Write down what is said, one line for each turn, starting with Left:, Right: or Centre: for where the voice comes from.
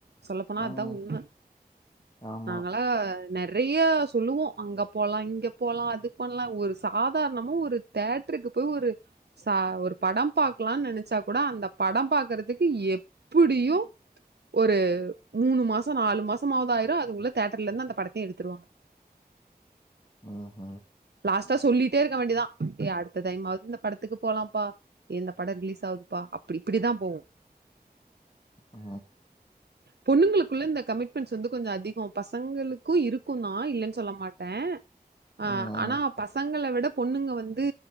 Right: சொல்லப்போனா
Left: ம்
Right: அதா உண்ம
Left: ஆமா
Right: நாங்களா நெறைய சொல்லுவோ அங்க போலா இங்க போலா அது பண்லா ஒரு சாதாரணமா ஒரு தேட்ருக்கு போய் ஒரு ச ஒரு படோ பாக்கலான்னு நெனச்சா கூட அந்த படோ பாக்குறதுக்கு எ புடியு ஒரு மூணு மாசோ நாலு மாசமாவதாயிரு அதுகுள்ள தேட்டர்லருந்து அந்த படத்தயே எடுத்துருவாங்க
Left: அ ஹ
Right: லாஸ்ட்டா சொல்லிட்டே இருக்க வேண்டிதா எ அடுத்த டைமாவது இந்த படத்துக்கு போலாம்ப்பா ஏ இந்த படோ ரிலீஸ் ஆகுதுப்பா அப்டி இப்டி தா போவு
Left: அ
Right: பொண்ணுங்களுக்குள்ள இந்த கமிட்மெண்ட்ஸ் வந்து கொஞ்சோ அதிகோ பசங்களுக்கு இருக்கு தா இல்லன்னு சொல்ல மாட்டே ஆ
Left: ம்
Right: ஆனா பசங்கள விட பொண்ணுங்க வந்து